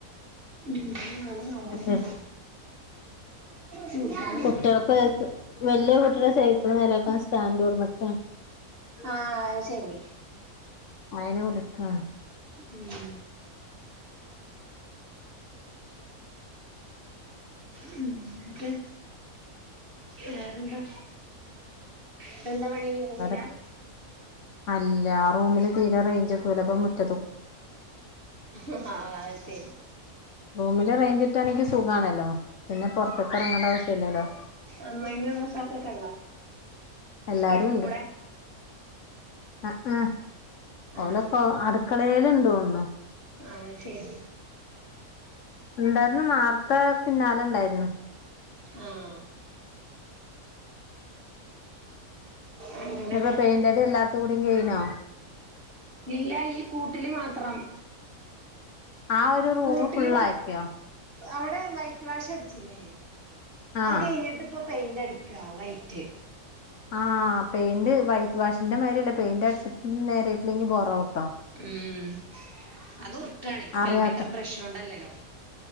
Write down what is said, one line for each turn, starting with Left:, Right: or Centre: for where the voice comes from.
Right: ന്തായാലും നാളെ
Left: അത്
Right: വെക്കണം
Left: ശരി
Right: കൂട്ടാൻ
Left: കുട്ടികൾക്കെ വലിയ കുട്ടിയുടെ സൈക്കിൾ നേരക്കണ സ്റ്റാൻഡ് കൊട്ന്ന്ക്കണ്
Right: ആഹ ശരി
Left: അയന് വിളിക്ക
Right: ഉം ഉം ന്നിട്ട് വേറെന്താ ഇപ്പൊ ന്താ പണി റൂമിലാ
Left: ടെ അല്ല ആ റൂമില് തീരെ റേഞ്ച് കിട്ടൂല. അപ്പൊ മുറ്റ
Right: ആഹ ശരി
Left: റൂമിൽ റേഞ്ച്കിട്ടാണെങ്കി സുഖമാണല്ലോ പിന്നെ പുറത്തക്ക് ഇറങ്ങേണ്ട ആവശ്യംല്ലല്ലോ
Right: അമ്മായമ്മേം അമ്മോസാക്ക ഒക്കെ ഉണ്ടോ
Left: എല്ലാരും
Right: എടുത്തു
Left: ഉണ്ട്
Right: കൂടെ
Left: ആ ആഹ
Right: ആഹ്
Left: ഓലൊക്കെ അടുക്കളയില് ഇണ്ട് തോന്ന്ണു
Right: ആഹ ശരി
Left: ഉണ്ടായിരുന്നു നേർത്തെ പിന്നാലെ ഉണ്ടായിരുന്നു
Right: ആഹ് അങ്ങനെ
Left: ഇന്നിപ്പോ പെയിന്റടി എല്ലാട്ത്തും കൂടിം കെയ്ഞ്ഞോ
Right: ഇല്ല ഈ കൂട്ടില് മാത്രം
Left: ആഹ് ഒരു റൂമ്
Right: കൂട്ടില
Left: ഫുള്ളാക്കിയോ
Right: അവിടെ വൈറ്റ് വാഷ് അടിച്ചില്ലേ
Left: ആഹ്
Right: അത് കഴിഞ്ഞിട്ട് ഇപ്പോൾ പെയിന്റ് അടിക്കാ വൈറ്റ്
Left: ആഹ് പെയ്ന്റ് വൈറ്റ് വാഷിന്റെ മാതിരില്ല പെയിന്റ് അടച്ചിട്ട് നേരയിട്ടില്ലെങ്കിൽ ബോറാവും
Right: ഉം അത് ഉറട്ടണ
Left: അറിയാത്ത
Right: പെയ്ന്റെ ബ്രഷ് കൊണ്ടല്ലല്ലോ